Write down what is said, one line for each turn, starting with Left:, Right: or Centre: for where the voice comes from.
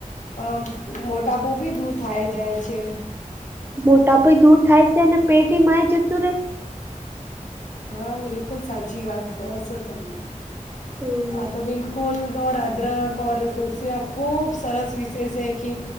Left: અ મોટાપોપી દૂર થાય જાય છે.
Right: મોટા પય દૂર થાય છે ને પેટ માય જતું રહેે.
Left: હા બિલકુલ સાચી વાત કહો છો તમે.
Right: હમ
Left: હા તો બિકુલ અદરક તુલસીના ખૂબ સરસ વિશેષ છે કે